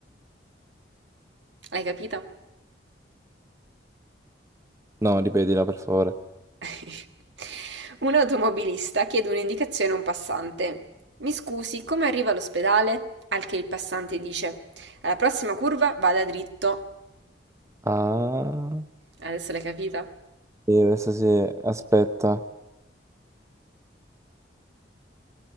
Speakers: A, on the right (about 75°); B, on the right (about 15°).
A: L'hai capita?
B: No, ripetila per favore.
A: <laughs> Un automobilista chiede un'indicazione a un passante. Mi scusi, come arrivo all'ospedale? Al che il passante dice: Alla prossima curva vada dritto.
B: Ah,
A: Adesso l'hai capita?
B: sì, adesso sì, aspetta.